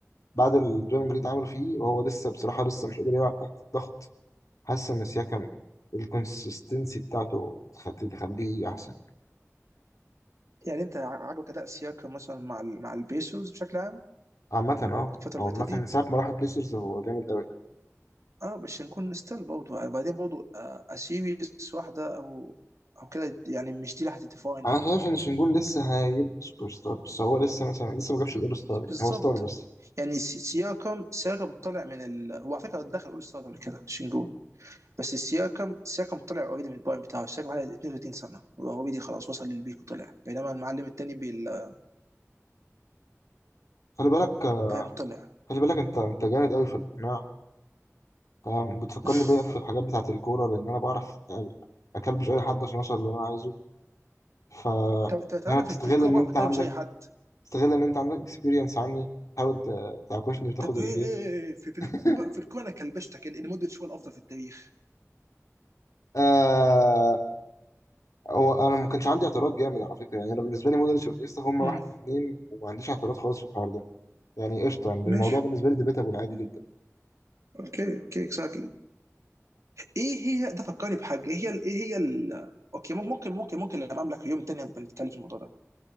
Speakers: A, on the left (about 80°); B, on the right (about 65°).
A: بعد الدرايفنج جريد عملوا فيه وهو لسه بصراحة لسه مش قادر يلعب تحت الضغط حاسس إن سياكم الكونسستنسي بتاعته تخ- تخليه أحسن
B: يعني انت عاجبك اداء سياكم مثلا مع ال مع البيسوز بشكل عام
A: عامة اه
B: الفتره
A: هو
B: اللي
A: عامة
B: فاتت دي
A: من ساعة ما راح البيسرز هو جامد أوي
B: اه بس شنجون ستيل برضه وبعدين برضه اسيريس واحده او او كده يعني مش دي اللي هتديفاين
A: أنا
B: يو
A: شايف إن شنجون لسه هيبقى سوبر ستار بس هو لسه مثلا لسه ما جابش الأول ستار يعني
B: بالظبط
A: هو ستار بس
B: يعني سي- سياكم سياكم طلع من ال... هو على فكره دخل اول ستار قبل كده شنجون بس سياكم سياكم طلع اوريدي من البوينت بتاعه سياكم على 32 سنه اوريدي خلاص وصل للبيك وطلع بينما المعلم التاني بال-
A: خلي بالك
B: فاهم طلع
A: خلي بالك أنت أنت جامد أوي في الإقناع تمام بتفكرني
B: <laughs>
A: بيا في الحاجات بتاعة الكورة لأن أنا بعرف أكلبش أي حد عشان أوصل اللي أنا عايزه ف
B: طب طب- طب
A: هنا
B: انا
A: بتستغل
B: في في الكوره
A: إن
B: بعرف
A: أنت
B: اكلم
A: عندك
B: مش اي حد
A: استغل ان انت عندك اكسبيرينس عني حاول ت- تعكشني وتاخد
B: طب ايه
A: الجيم
B: ايه إيه، في في
A: <laughs>
B: الكوره في الكوره انا كلبشتك ان إن مودريتش هو الافضل في التاريخ
A: آه هو انا ما كانش عندي اعتراض جامد على فكره يعني انا بالنسبه لي مودريتش وانيستا هم
B: امم
A: واحد واثنين وما عنديش اعتراض خالص في الحوار ده يعني قشطه يعني
B: ماشي
A: الموضوع بالنسبه لي ديبيتابل عادي جدا
B: اوكي اوكي اكزاكتلي ايه هي ده فكرني بحاجه ايه هي ال- ايه هي ال... اوكي ممكن ممكن ممكن لما املك يوم تاني بنتكلم في الموضوع ده